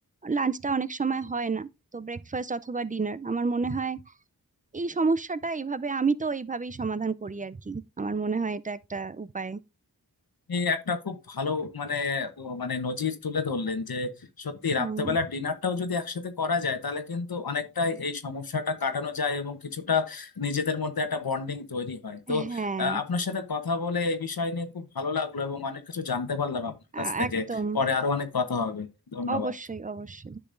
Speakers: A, on the right (about 20°); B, on the left (about 70°).
A: লাঞ্চটা অনেক সময় হয় না তো ব্রেকফাস্ট অথবা ডিনার আমার মনে হয় এই সমস্যাটা এইভাবে আমি তো এইভাবেই সমাধান করি আর কি আমার মনে হয় এটা একটা উপায়
B: আপনি একটা খুব ভালো মানে ও মানে নজির তুলে ধরলেন যে সত্যি
A: হ্যাঁ
B: রাত্রেবেলার ডিনারটাও যদি একসাথে করা যায় তাহলে কিন্তু অনেকটাই এই সমস্যাটা কাটানো যায় এবং কিছুটা নিজেদের মধ্যে একটা বন্ডিং তৈরি হয় তো
A: হ্যাঁ
B: আহ, আপনার সাথে কথা বলে এই বিষয় নিয়ে খুব ভালো লাগলো এবং অনেক কিছু জানতে পারলাম আপনার কাছ
A: আ-
B: থেকে
A: একদম
B: পরে আরো অনেক কথা হবে ধন্যবাদ
A: অবশ্যই অবশ্যই